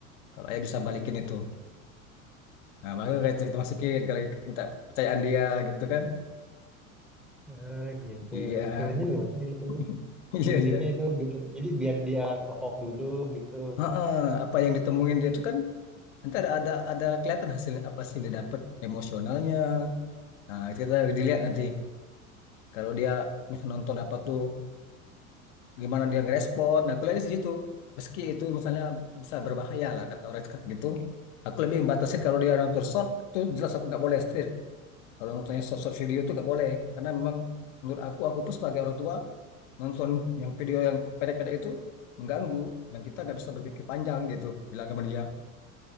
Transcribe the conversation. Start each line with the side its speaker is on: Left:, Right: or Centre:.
Left: Kalau ayah bisa balikin itu, nah baru kayak kita masukin kalau minta percayaan dia gitu kan?
Centre: Eh, gitu
Left: Iya,
Centre: keren juga maksudnya gitu
Left: <laughs>
Centre: nih
Left: iya
Centre: pendidiknya
Left: iya.
Centre: itu biar jadi biar dia kapok dulu gitu
Left: Heeh, apa yang ditemuin dia itu kan nanti ada ada ada kelihatan hasilnya apa sih yang dia dapat emosionalnya. Nah itu kita dilihat nanti kalau dia nonton apa tuh gimana dia ngerespon. Nah, aku lihatnya di situ. Meski itu misalnya bisa berbahaya lah kata orang sekarang gitu. Aku lebih membatasin kalau dia nonton short tuh jelas aku nggak boleh straight. Kalau nontonnya short short video tuh nggak boleh karena memang menurut aku aku pun sebagai orang tua nonton yang video yang pendek-pendek itu mengganggu dan kita nggak bisa berpikir panjang gitu bilang sama dia.